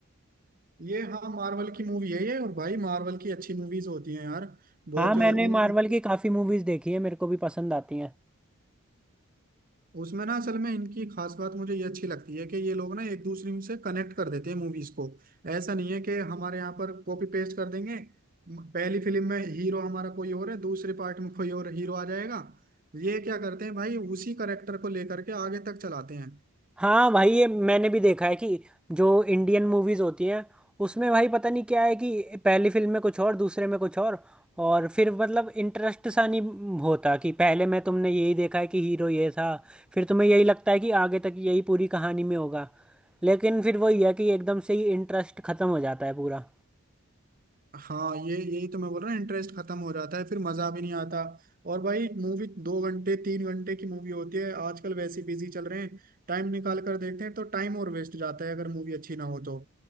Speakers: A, on the right; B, in the centre.
A: ये हाँ मार्वल की मूवी है ये और भाई मार्वल की अच्छी मूवीज होती हैं यार बहुत
B: हाँ मैंने
A: उन
B: मार्वल की काफी मूवीज देखी है मेरे को भी पसंद आती हैं
A: उसमें ना असल में इनकी खास बात मुझे ये अच्छी लगती है कि ये लोग ना एक दूसरे से कनेक्ट कर देते हैं मूवीज को ऐसा नहीं है कि हमारे यहाँ पर कॉपी पेस्ट कर देंगे म- पहली फिल्म में हीरो हमारा कोई और है दूसरे पार्ट में कोई और हीरो आ जाएगा ये क्या करते हैं भाई उसी करेक्टर को लेकर के आगे तक चलाते हैं
B: हाँ भाई ये मैंने भी देखा है कि जो इंडियन मूवीज होती हैं उसमें भाई पता नहीं क्या है कि पहली फिल्म में कुछ और दूसरे में कुछ और और फिर मतलब इंटरेस्ट सा नहीं होता कि पहले में तुमने यही देखा है कि हीरो ये था फिर तुम्हें यही लगता है कि आगे तक यही पूरी कहानी में होगा लेकिन फिर वही है कि एकदम से ही इंटरेस्ट खत्म हो जाता है पूरा
A: हाँ ये यही तो मैं बोल रहा हूँ इंटरेस्ट खत्म हो जाता है फिर मजा भी नहीं आता और भाई मूवी दो घंटे तीन घंटे की मूवी होती है आजकल वैसे बिजी चल रहे हैं टाइम निकाल कर देखते हैं तो टाइम और वेस्ट जाता है अगर मूवी अच्छी ना हो तो